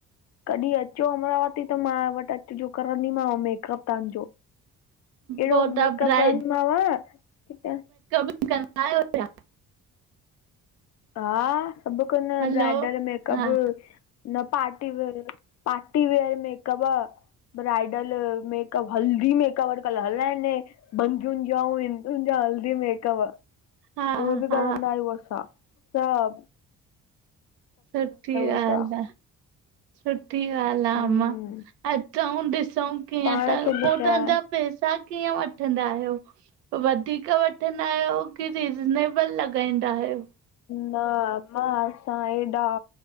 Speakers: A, on the left (about 40°); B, on the right (about 80°).
A: कॾहिं अचो अमरावती त मां वटि अचिजो, करंदीमव मेकअप तव्हांजो। अहिड़ो
B: पोइ तव्हां
A: मेकअप
B: ब्राइडल
A: कंदीमव, किथे
B: <unintelligible>
A: हा, सभु कन्दा आहियूं।
B: हलो
A: ब्राइडल मेकअप
B: हा
A: न party wear, party wear makeup bridal makeup, haldi makeup अॼुकल्ह हलाइनि बंदियुनि जा ऐं हिंदुनि जा हल्दी मेकअप
B: हा
A: उहे बि
B: हा
A: करंदा आहियूं असां सब
B: सुठी
A: असां
B: ॻाल्हि आहे। सुठी ॻाल्हि आहे
A: हम्म
B: अमा, अचूं ॾिसूं कीअं
A: पाण
B: त
A: खे ॿुधाए
B: पोइ तव्हांजा पैसा कीअं वठंदा आहियो? वधीक वठंदा आहियो कि रिज़नेबल लॻाईंदा आहियो?
A: न अम्मा असां, असां हेॾा